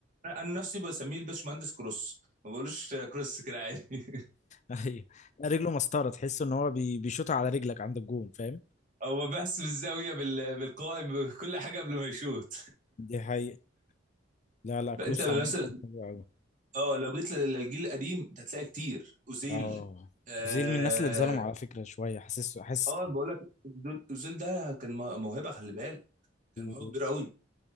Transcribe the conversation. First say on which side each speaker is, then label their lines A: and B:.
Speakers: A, on the right; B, on the left.
A: انا أنا نفسي بسميه الباشمهندس كروس ما بقولوش آه، كروس كده عادي <laughs>
B: ايوه رجله مسطره تحس ان هو بي... بيشوط على رجلك عند الجون فاهم
A: هو بحس بالزاويه بال- بالقائم بكل حاجه قبل ما يشوط
B: دي حقيقة لا لا كروس
A: لا، انت مثلا
B: عامة حلو قوي
A: اه لو جيت لل- للجيل القديم انت هتلاقي كتير اوزيل
B: اه
A: اه
B: اوزيل من الناس اللي اتظلموا على فكرة شوية حاسس حاسس
A: اه
B: كده.
A: بقول لك دول- اوزيل ده كان مو- موهبه خلي بالك كان
B: و...
A: موهبه كبيره قوي